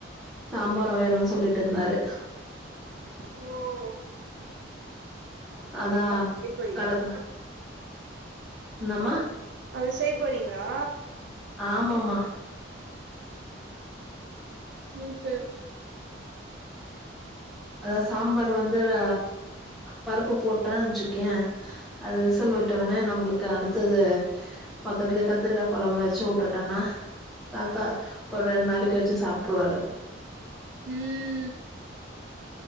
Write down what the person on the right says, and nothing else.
ஓ
செய்ய போறீங்களா
அது செய் போறீங்ளா
சூப்பே
ம்